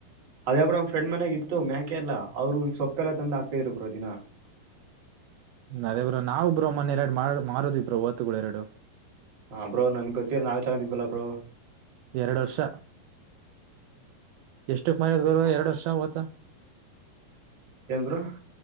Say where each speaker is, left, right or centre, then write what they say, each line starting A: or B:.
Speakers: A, on the right; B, on the right.
A: ಅದೇಬ್ರು ಅವ್ ಫ್ರೆಂಡ್ ಮನೆಾಗ ಇತ್ತು ಮ್ಯಾೇಕೆಲ್ಲ ಅವರು ಸೊಪ್ಪೆಲ್ಲ ತಂದ ಆಗ್ತಿದ್ರು ದಿನ
B: ಅದೇ ಬ್ರೋ ನಾವವುಬ್ ಮೊ ಎರಡು ಮಾಡ ಮಾರದ ಇಬ್ರೋ ಓತ್ತುಗಳು ಎರಡು
A: ಹ ಬ್ರೋ ನಮ್ಗೆ ಗತ್ತೀರ ನಾವೇ ತಗತಿದ್ವಲ್ಲ ಬ್ರೋ
B: ಎರಡ್ ವರ್ಷ ಎಷ್ಟಕ್ ಮಾರಿದ ಬರೀ ಎರಡು ವರ್ಷ ಓತ್ತ
A: ಎಏ ಬ್ರು